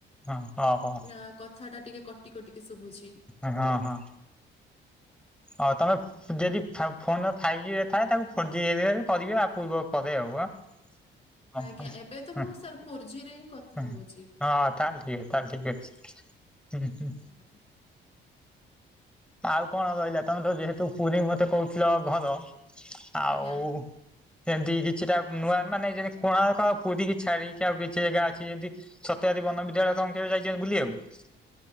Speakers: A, in the centre; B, on the left.
A: ହଁ ଓହୋ
B: ଅଁ କଥାଟା ଟିକେ କଟି କଟିକି ଶୁଭୁଛି।
A: ଅହଁ ହଁ। ଆଉ ତମେ ଯଦି ଫାଇ ଫୋନ ଫାଇପ୍ ଜିବିରେ ଥାଏ ତାକୁ ଫୋର୍ ଜିବି ଏରିଆରେ କରିବେ ଆ ପୂର୍ବ ପରେ ଆଉ ଆଁ। ହଁ
B: ଆଜ୍ଞା
A: ହଁ।
B: ଏବେ ତ
A: ହୁଁ
B: ମୁଁ ସାର୍ ଫୋର ଜିରେ ହିଁ କଥା
A: ହୁଁ।
B: ହୋଉଚି।
A: ହଁ ତାହେଲେ ଠିକ ତାହେଲେ ଠିକ ଅଛି ହୁଁ ହୁଁ।
B: <unintelligible>
A: ଆଉ କଣ ରହିଲା ତମେ ତ ଯେହେତୁ ପୁରୀ ମତେ କୋହୁଥିଲ ଘର ଆଉ
B: ଆଜ୍ଞା
A: ସେମତି କିଛିଟା ନୂଆ ମାନେ ଯେମତି କୋଣାର୍କ ଆଉ ପୁରୀକି ଛାଡ଼ିକି ଆଉ କିଛି ଜେଗା ଅଛି ଯେମତି ସତ୍ୟବାଦୀ ବନ ବିଦ୍ୟାଳୟ କଣ କେବେ ଯାଇଚନ୍ତି ବୁଲିବାକୁ?